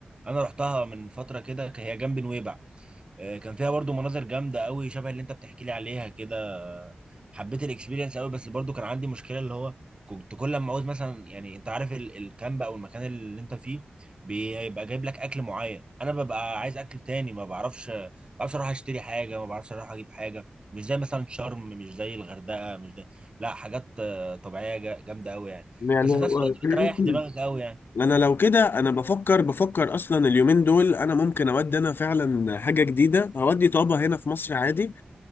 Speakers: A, on the right; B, on the left.
A: انا رحتها من فتره كده هي جنب نويبع آه، كان فيها برضو مناظر جامده قوي شبه اللي انت بتحكي لي عليها كده آه، حبيت الاكسبيرينس قوي بس برضو كان عندي مشكله اللي هو كنت كل ما عاوز مثلا يعني انت عارف ال- الكامب او المكان اللي انت فيه بيبقى جايب لك اكل معين انا ببقى عايز اكل تاني ما بعرفش ما بعرفش اروح اشتري حاجه ما بعرفش اروح اجيب حاجه مش زي مثلا شرم مش زي الغردقه مش زي لا حاجات آه، طبيعيه جا- جامده قوي يعني
B: يعني
A: بس في
B: هو
A: نفس الوقت بتريح دماغك قوي
B: <clears throat>
A: يعني
B: انا لو كده انا بفكر بفكر اصلا اليومين دول انا ممكن اودي انا فعلا حاجه جديده اودي طابه هنا في مصر عادي